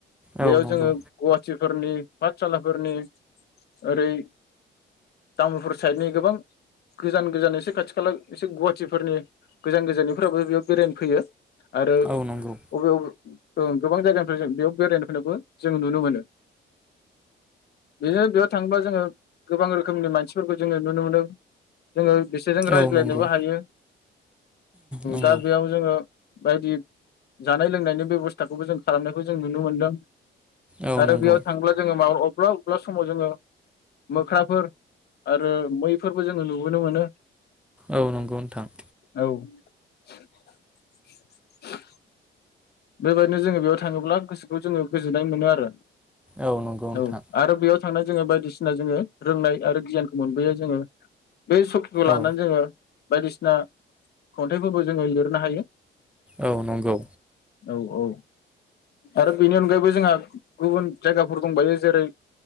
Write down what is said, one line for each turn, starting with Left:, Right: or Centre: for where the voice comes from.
Centre: औ
Left: बेयाव
Centre: नंगौ
Left: जोङो गुवाहाटिफोरनि पाठसालाफोरनि ओरै तामुलपुर साइडनि गोबां गोजान गोजान एसे खाथि खाला एसे गुवाहाटिफोरनि गोजान गोजाननिफोराबो बेयाव बेरायनो फैयो आरो
Centre: औ नंगौ
Left: अबे अबे ओं गोबां जायगानिफ्राय जों बेयाव बेरायनोबो जोङो नुनो मोनो बिदिनो बेयाव थाङोबा जोङो गोबां रोखोमनि मानसिफोरखौ जोङो नुनो मोनो जोङो बिसोरजों रायज्लायनोबो
Centre: औ नंगौ
Left: हायो
Centre: नंगौ
Left: दा ओ बायदि जानाय लोंनायनि बेबस्थाखौबो जों खालामनायखौ जों नुनो मोनदों
Centre: औ
Left: आरो
Centre: नंगौ
Left: बेयाव थांब्ला जोङो माव अब्ला माब्ला समाव जोङो मोख्राफोर आरो मैफोरबो जोङो नुबोनो मोनो
Centre: औ नंगौ नोंथां
Left: औ <unintelligible> बेबायदिनो जोङो बेयाव थाङोब्ला गोसोखौ जोङो गोजोननाय मोनो आरो
Centre: औ नंगौ नोंथां
Left: औ आरो बेयाव थांनाय जोङो बायदिसिना जोङो रोंनाय आरो गियानखौ मोनबोयो जोङो बे सखिखौ लानानै
Centre: औ
Left: जोङो बायदिसिना खन्थाय फोरबो जोङो लिरनो हायो
Centre: औ नंगौ
Left: औ औ आरो बेनि अनगायैबो जोंहा गुबुन जायगाफोर दंबायो जेरै